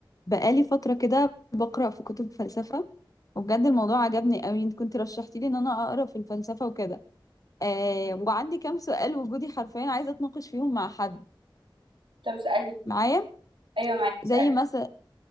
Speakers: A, on the left (about 45°); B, on the right (about 75°).
A: بقالي فترة كده بقرأ في كتب فلسفة وبجد الموضوع عجبني قوي انت كنت رشحتي لي ان انا اقرا في الفلسفة وكده آه وعندي كام سؤال وجودي حرفيا عايزة اتناقش فيهم مع حد
B: طب اسألي
A: معايا
B: أيوة معاك
A: زي
B: اسألي
A: مثلا